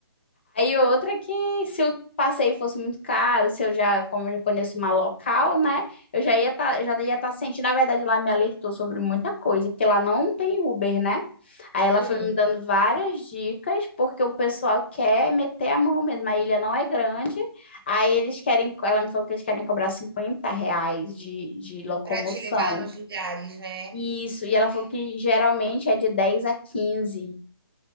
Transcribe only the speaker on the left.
Aí outra que se o passeio fosse muito caro, se eu já, como eu já conheço uma local, né, eu já ia tá, já ia estar sentindo, na verdade lá me alertou sobre muita coisa, porque lá não tem Uber, né? Aí ela
foi me dando várias dicas, porque o pessoal quer meter a mão mesmo, a ilha não é grande, aí eles querem, ela me falou que eles querem cobrar 50 reais de, de locomoção.
Isso, e ela falou que geralmente é de dez a quinze